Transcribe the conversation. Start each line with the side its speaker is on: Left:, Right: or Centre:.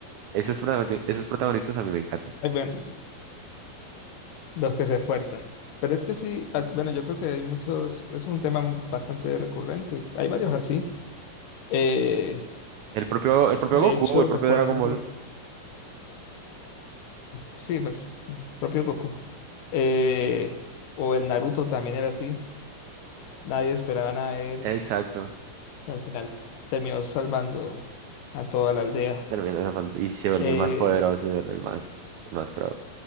Right: Esos protagonistas, esos protagonistas a mí me encantan.
Left: Eh, bueno, los que se esfuerzan. Pero es que sí, as- bueno, yo creo que hay muchos, es un tema bastante recurrente. Hay varios así. Eh,
Right: El propio, el propio
Left: de
Right: Goku,
Left: hecho,
Right: el propio
Left: pues por
Right: Dragon
Left: ejemplo,
Right: Ball.
Left: Sí, pues, mm, propio Goku. Eh, o el Naruto también era así. Nadie esperaba nada de él.
Right: Exacto.
Left: Y al final terminó salvando a toda la aldea.
Right: Termina esa fan- y se vuelve
Left: eh,
Right: el más poderoso, se vuelve el más, el más pro.